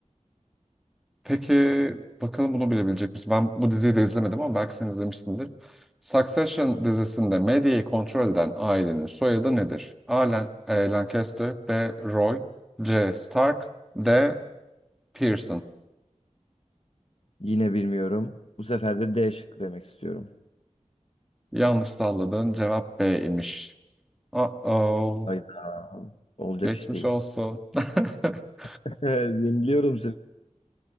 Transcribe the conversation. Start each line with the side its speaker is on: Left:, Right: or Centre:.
Centre: Peki bakalım bunu bilebilecek misin? Ben bu diziyi de izlemedim ama belki sen izlemişsindir. Succession dizisinde medyayı kontrol eden ailenin soyadı nedir? A. Lan- e, Lancaster, B. Roy, C. Stark, D. Pearson.
Left: Yine bilmiyorum. Bu sefer de D şıkkı demek istiyorum.
Centre: Yanlış salladığın cevap B imiş. Uh-oh.
Left: Hayda. Olacak
Centre: Geçmiş
Left: iş değil.
Centre: olsun. <laughs>
Left: <laughs> Yeniliyorum seni.